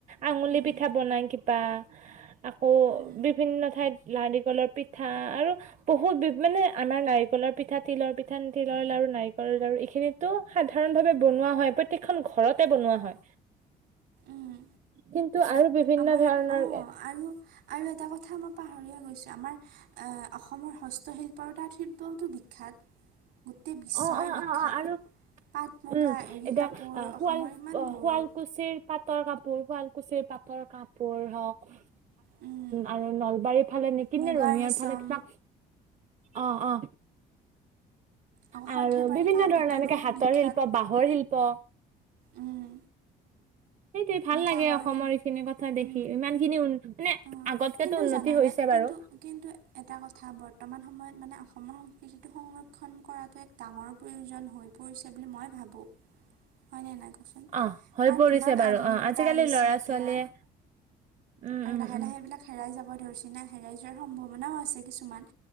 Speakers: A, on the right; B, on the right.
A: আঙুলি
B: উম
A: পিঠা বনাই কিবা আকৌ
B: উম
A: বিভিন্ন ঠাইত লাৰিকলৰ পিঠা আৰু বহুত বি মানে আমাৰ নাৰিকলৰ পিঠাত তিলৰ পিঠান, তিলৰ লাৰু, নাৰিকলৰ লাৰু এইখিনিতো সাধাৰণ ভাৱে বনোৱা হয় প্ৰত্যেকখন ঘৰতে বন ন হয়।
B: উম
A: কিন্তু আৰু বিভিন্ন
B: আমাৰ
A: ধৰণৰ
B: অঁ
A: এ
B: আৰু আৰু এটা কথা মই পাহৰি গৈছো আমাৰ আহ অসমৰ হস্তশিল্প পৰতাৰ্থব্যওতটো বিখ্যাত গোটেই বিশ্বই
A: অ অ
B: বিখ্যাত
A: অ অ আৰু
B: পাট মুগা
A: উম
B: এৰী
A: এতিয়া
B: কাপোৰ
A: অ
B: অসমৰ
A: শুৱাল
B: ইমান গৌৰৱ
A: শুৱালকুছিৰ পাটৰ কাপোৰ শুৱালকুছিৰ পাটৰ কাপোৰ হওক
B: উম,
A: আৰু নলবাৰীৰ ফালে নেকি
B: মুগা
A: নে ৰঙিয়াৰ
B: ৰেচম
A: ফালে কিবা অ অ।
B: আকৌ
A: আৰু
B: সৰ্থেবাৰী
A: বিভিন্ন
B: কাঁহ
A: ধৰণৰ
B: পিতলো
A: এনেকে হাতৰ
B: বিখ্যাত
A: শিল্প বাঁহৰ শিল্প
B: উম,
A: সেইটোৱে ভাল
B: উম,
A: লাগে
B: কাঁহৰ
A: অসমৰ
B: শিল্প
A: এইখিনি কথা দেখি
B: উম,
A: ইমান খিনি মানে
B: অঁ
A: আগতকেতো
B: কিন্তু
A: উন্নতি
B: জানানে
A: হৈছে বাৰু।
B: কিন্তু এটা কথা বৰ্তমান সময়ত মানে অসমৰ সংস্কৃতিতটো <unintelligible> ডাঙৰ প্ৰয়োজন হৈ পৰিছে বুলি মই ভাবো হয় নে নাই কচোন
A: অ হৈ
B: কাৰণ
A: পৰিছে
B: ইমান
A: বাৰু
B: আধুনিকতা
A: অ আজ আজিকালি
B: আহিছে
A: লৰা-ছোৱালীয়ে
B: এতিয়া
A: উম
B: আৰু
A: উম
B: লাহে লাহে
A: উম।
B: এইবিলাক হেৰাই যাব ধৰিছি ন হেৰাই যোৱাৰ সম্ভাৱনাও আছে কিছুমান